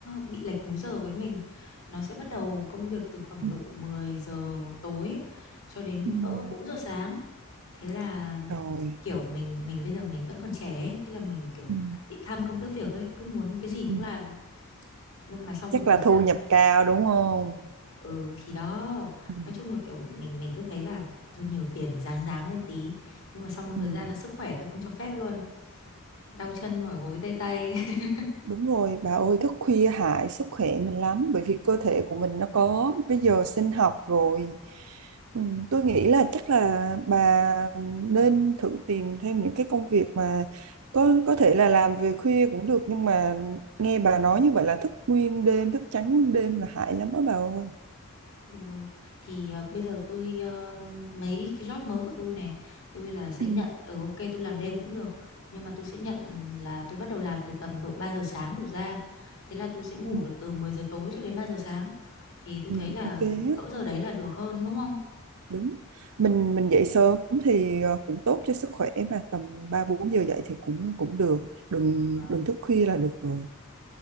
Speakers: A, on the left (about 65°); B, on the right (about 75°).
A: bị lệch múi giờ với mình. Nó sẽ bắt đầu công việc từ khoảng
B: ừm,
A: độ 10 giờ tối cho đến
B: ừm.
A: cỡ 4 giờ sáng. Thế là
B: rồi
A: kiểu mình mình bây giờ mình vẫn còn trẻ ấy. Thế là mình kiểu
B: Ừm,
A: bị tham công tiếc việc ấy, cứ muốn cái gì cũng
B: ừm.
A: làm. Nhưng mà sau một
B: chắc
A: thời
B: là
A: gian
B: thu nhập cao đúng không
A: ừ thì đó
B: Ừm,
A: nói chung là kiểu mình mình cứ thấy là thôi nhiều tiền ráng ráng lên tí nhưng mà sau một thời
B: ừm.
A: gian là sức khỏe tôi không cho phép luôn đau chân mỏi gối tê tay <laughs>
B: Đúng rồi, bà ơi, thức khuya hại sức khỏe mình lắm bởi vì cơ thể của mình nó có cái giờ sinh học rồi. Ừ, tôi nghĩ là chắc là bà nên thử tìm thêm những cái công việc mà có có thể là làm về khuya cũng được nhưng mà nghe bà nói như vậy là thức nguyên đêm, thức trắng nguyên đêm là hại lắm á bà ơi.
A: ừ, thì ờ, bây giờ tôi ờ, mấy cái job mới của tôi này tôi là sẽ
B: Ừ.
A: nhận ở ok tôi làm đêm cũng được nhưng mà tôi sẽ nhận là tôi bắt đầu làm từ tầm độ 3 giờ sáng đổ ra thế là tôi sẽ ngủ
B: Ừ.
A: được từ 10 giờ tối cho đến 3 giờ sáng thì tôi
B: Ừ,
A: thấy là
B: ok hết,
A: cỡ giờ đấy là được hơn đúng không
B: đúng. Mình mình dậy sớm thì ờ, cũng tốt cho sức khỏe và tầm 3 4 giờ dậy thì cũng cũng được, đừng
A: Ừ, ờ,
B: đừng thức khuya là được rồi.